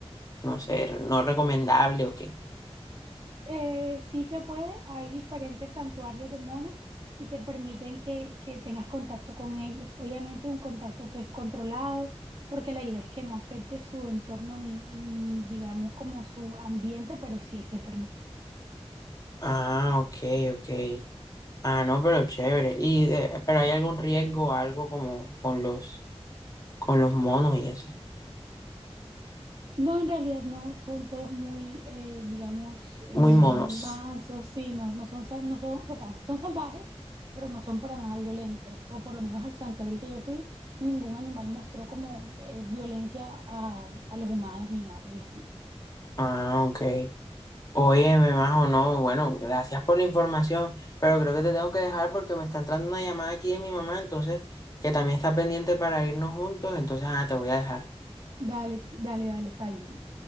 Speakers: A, on the left; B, on the right.
A: no sé, no recomendable o qué.
B: Eh, sí se puede, hay diferentes santuarios de monos y te permiten que, que tengas contacto con ellos. Obviamente un contacto pues controlado, porque la idea es que no afecte su entorno ni, ni digamos como su ambiente, pero sí se permite.
A: Ah, ok, ok. Ah, no, pero chévere. Y de- pero hay algún riesgo, algo como con los, con los monos y eso.
B: No, en realidad no son todos muy, eh, digamos, eh,
A: Muy monos.
B: mansos, sí, no, no son, sal- no son, o sea, son salvajes, pero no son para nada violentos. O por lo menos al santuario al que yo fui, ningún animal mostró como eh, violencia a, a los humanos ni nada por el estilo.
A: Ah, ok. Óyeme, Majo, no, bueno, gracias por la información, pero creo que te tengo que dejar porque me está entrando una llamada aquí de mi mamá, entonces, que también está pendiente para irnos juntos, entonces, ah, te voy a dejar.
B: Dale, dale, dale, está bien.